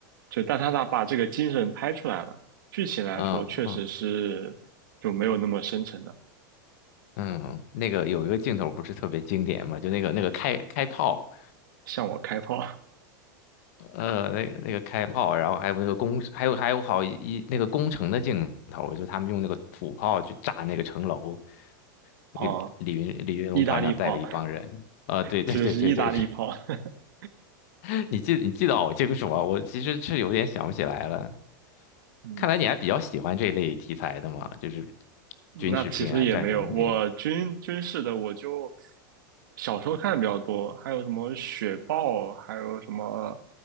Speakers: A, on the right; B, on the left.
A: 就，但它把把这个精神拍出来了。剧情来说，
B: 嗯嗯
A: 确实是就没有那么深沉的，
B: 嗯，那个有一个镜头不是特别经典嘛，就那个那个开开炮。
A: 向我开炮，
B: 呃，那个那个开炮，然后还有那个工，还有还有好一一那个工程的镜头，就他们用那个土炮去炸那个城楼，
A: <laughs> 哦，
B: 那个李云李云龙团长带了一帮人，
A: 意大利炮，
B: 啊、对对对对对对，
A: 其实是意大利炮。<laughs>
B: <laughs> 你记你记得好清楚啊，我其实是有点想不起来了，
A: 嗯，
B: 看来你还比较喜欢这类题材的嘛，就是军事片啊、
A: 那其实也没有，
B: 战争片。
A: 我军军事的我就小时候看的比较多，还有什么雪豹，还有什么